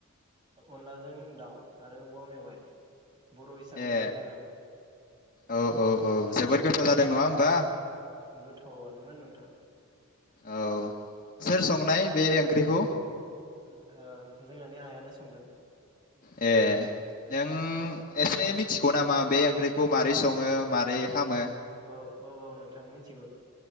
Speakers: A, on the right; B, on the left.
A: अनलाजों दाउ आरो औवा मेवाइ। बर' हिसाबै
B: ए
A: बेखौनो जाबाय
B: औ औ औ जोबोद गोथाव ज <unintelligible>
A: गोथावानोमोन नोंथां।
B: औ सोर संनाय बे ओंख्रिखौ।
A: जोंहानि आयानो संदों।
B: ए नों <unintelligible> नामा बे ओंख्रिखौ मारै सङो मारै खामो
A: औ औ औ नोंथां मिथिगौ।